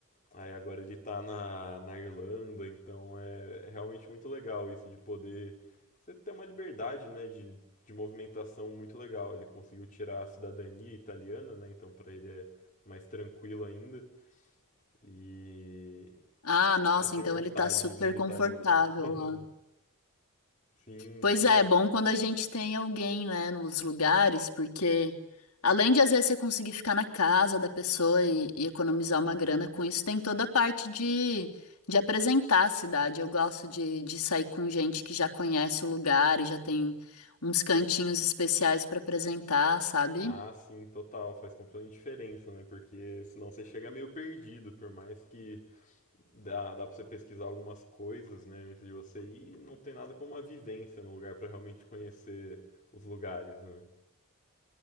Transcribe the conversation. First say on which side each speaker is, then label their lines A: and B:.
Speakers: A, on the left; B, on the left.
A: Aí agora ele tá na, na Irlanda, então é, é realmente muito legal isso de poder. Você ter uma liberdade, né, de, de movimentação muito legal. Ele conseguiu tirar a cidadania italiana, né, então pra ele é mais tranquilo ainda. E.
B: Ah, nossa,
A: aí eu tenho
B: então
A: vontade
B: ele tá super
A: de visitar
B: confortável
A: ele. <laughs>
B: lá.
A: Sim,
B: Pois
A: sim.
B: é, é bom quando a gente tem alguém, né, nos lugares, porque além de às vezes você conseguir ficar na casa da pessoa e, e economizar uma grana com isso, tem toda a parte de, de apresentar a cidade. Eu gosto de, de sair com gente que já conhece o lugar e já tem uns cantinhos especiais para apresentar, sabe?
A: Ah, sim, total. Faz completamente diferença, né? Porque senão você chega meio perdido, por mais que Dá, dá pra você pesquisar algumas coisas, né, antes de você ir, e não tem nada como uma vivência no lugar pra realmente conhecer os lugares, né?